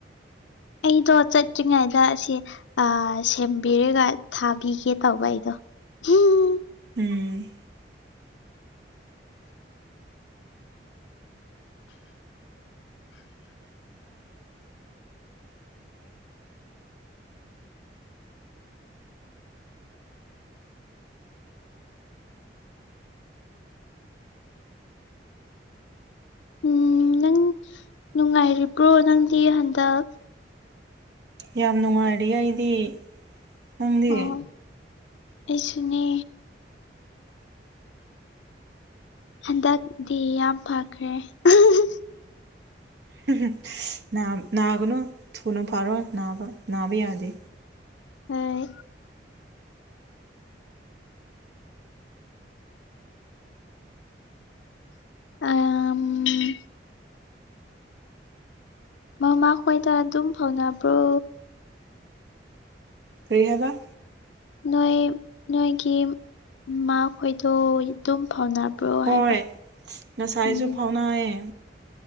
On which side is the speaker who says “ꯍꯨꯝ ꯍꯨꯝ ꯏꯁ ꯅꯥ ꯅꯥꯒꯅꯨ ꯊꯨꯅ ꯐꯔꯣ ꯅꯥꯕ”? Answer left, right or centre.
Right